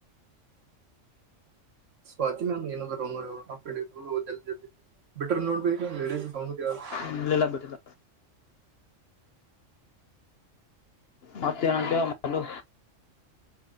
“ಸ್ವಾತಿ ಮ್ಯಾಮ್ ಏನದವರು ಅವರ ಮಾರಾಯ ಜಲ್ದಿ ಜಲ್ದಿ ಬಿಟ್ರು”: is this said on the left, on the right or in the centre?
Right